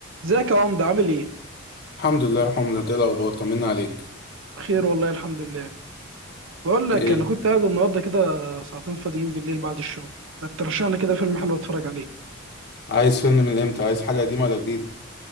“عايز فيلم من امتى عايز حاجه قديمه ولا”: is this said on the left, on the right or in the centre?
Left